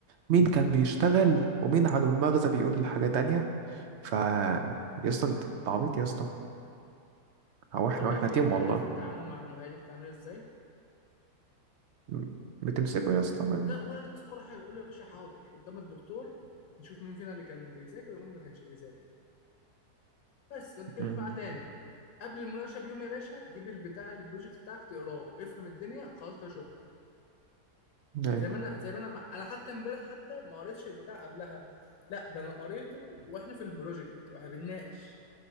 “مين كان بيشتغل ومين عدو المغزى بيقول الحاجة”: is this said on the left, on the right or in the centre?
Right